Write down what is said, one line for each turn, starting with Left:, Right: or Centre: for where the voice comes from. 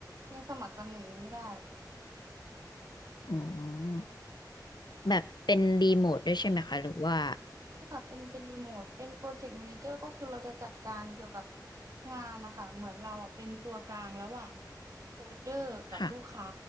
Right: ยังสมัครตำแหน่งนี้ไม่ได้
Left: อ๋อแบบเป็นรีโมทด้วยใช่ไหมคะหรือว่า
Right: ค่ะเป็นเป็นรีโมทเป็นโปรเจกต์ a ม a นเจอร์ก็คือเราจะจัดการเกี่ยวกับงานนะคะ เหมือนเราอ่ะเป็นตัวกลางระหว่างโคดเดอร์กับลูกค้า
Left: ค่ะ